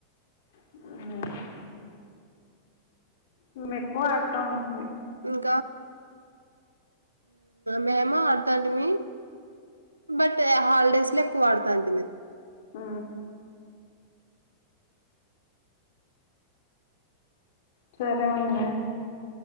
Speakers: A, on the left; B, on the right.
A: హా మేము ఎక్కువ ఆడతాం ఉంటుమీ
B: ఇంకా మేము ఆడతాంట మీ బట్ హాలిడేస్ లో ఎక్కువ ఆడతంటీమీ
A: ఆ సరే అండి